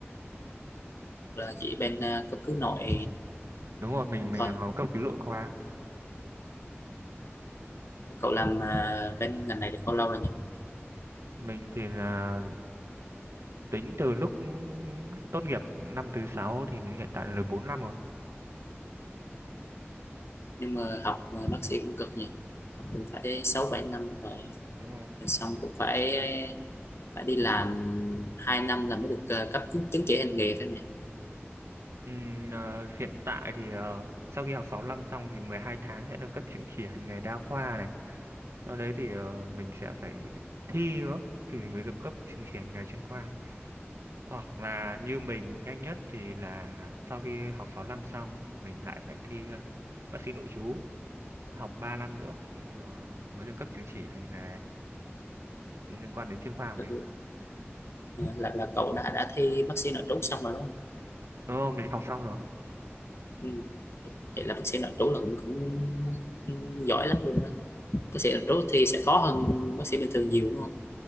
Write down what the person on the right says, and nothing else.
đúng rồi mình mình
ờ, cấp cứu nội khoa
mình thì là tính từ lúc ừ, tốt nghiệp năm thứ sáu thì hiện tại là được 4 năm rồi
đúng rồi
Ừm, ờ, hiện tại thì ờ, sau khi học 6 năm xong thì 12 tháng sẽ được cấp chứng chỉ hành nghề đa khoa này sau đấy thì ờ, mình sẽ phải thi nữa thì mới được cấp chứng chỉ hành nghề chuyên khoa Hoặc là như mình nhanh nhất thì là sau khi học 6 năm xong mình lại phải thi ờ, bác sĩ nội trú học 3 năm nữa thì ờ, mới được cấp chứng chỉ hành nghề liên quan đến chuyên khoa của
mình.
Đúng không? Mình học xong rồi.